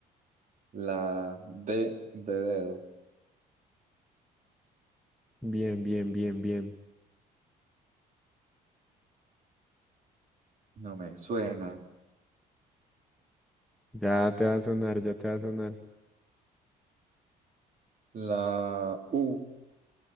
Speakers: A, on the right; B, in the centre.
A: la D de dedo.
B: Bien, bien, bien, bien.
A: No me suena.
B: Ya te va a sonar, ya te va a sonar.
A: La U.